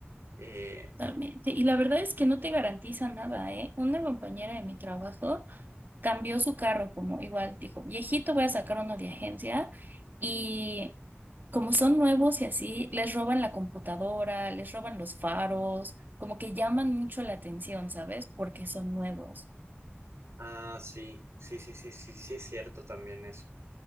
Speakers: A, on the right; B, on the right.
A: Eh,
B: totalmente. Y la verdad es que no te garantiza nada, ¿eh? Una compañera de mi trabajo cambió su carro, como igual dijo, viejito, voy a sacar uno de agencia y como son nuevos y así, les roban la computadora, les roban los faros, como que llaman mucho la atención, ¿sabes? Porque son nuevos.
A: ah, sí, sí, sí, sí, sí, sí es cierto también eso.